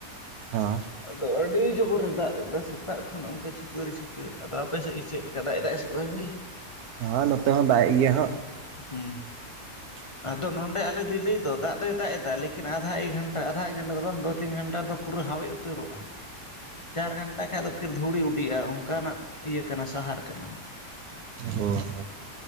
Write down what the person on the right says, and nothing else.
ᱦᱮᱸ <inaudible>
ᱦᱸ ᱱᱚᱛᱮ ᱦᱚᱸ ᱫᱟᱜᱽ ᱮᱫ ᱜᱮᱭᱟᱭ ᱦᱚᱸ
<inaudible>
ᱚ ᱦᱚᱸ